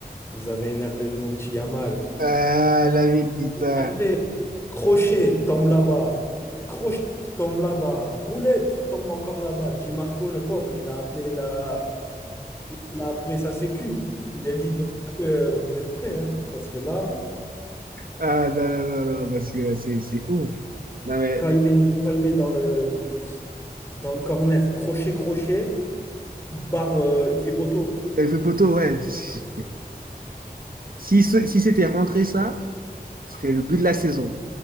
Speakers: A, on the left; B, on the right.
A: vous avez énervé mon petit Yamal.
B: Ah, la ville, putain.
A: Énervé, crochet, tombe là-bas. Crochet, tombe là-bas. Roulette, tombe encore là-bas. Di Marco, le pauvre, il a appelé la... il a appelé sa sécu. Il a dit euh, vous êtes prêts, hein Parce que là,
B: Ah, non, non, non, non, parce que c'est c'est ouf. Non, mais
A: quand il met, quand il met dans le, dans le corner, crochet, crochet, barre, euh, il fait poteau.
B: avec le poteau, ouais. Si, si ce- si c'était rentré ça, ce serait le but de la saison.